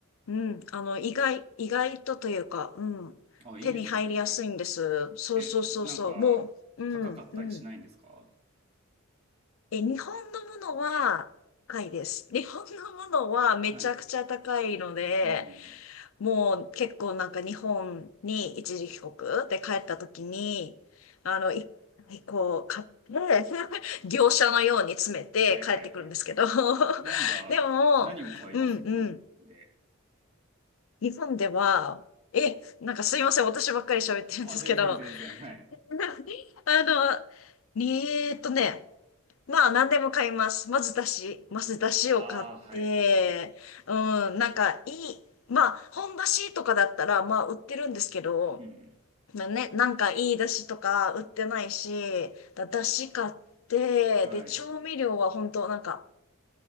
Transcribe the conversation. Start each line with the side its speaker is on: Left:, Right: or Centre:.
Left: うん、あの、意外、意外とというか、うん、
Right: あ、いいですね。
Left: 手に入りやすいんです。そうそうそうそう、
Right: え、なんか、
Left: もう、うん、
Right: 高かったりしないんですか
Left: うん。え、日本のものは高いです。日本のものはめちゃくちゃ高いので、
Right: はい。うん。
Left: もう結構なんか日本に一時帰国で帰った時に、あの、い、こう買って、<laughs> 業者のように詰めて帰ってくるんですけど、
Right: はいはいはい。何が、
Left: <laughs> でも、
Right: 何を買います日本で。
Left: うんうん、日本では、え、なんかすいません、私ばっかり喋ってるんですけど、
Right: あ、全然全然。はい。
Left: <laughs> あの、えーっとね、まあ、何でも買います。まず、だし、まず、だしを買って、
Right: ああ、はいはいはい。
Left: うん、なんか、いい、まあ、本だしとかだったら、まあ、売ってるんですけど、
Right: うんうん。
Left: まあね、なんか、いいだしとか売ってないし、だ、だし買って、
Right: はい。
Left: で、調味料は本当なんか、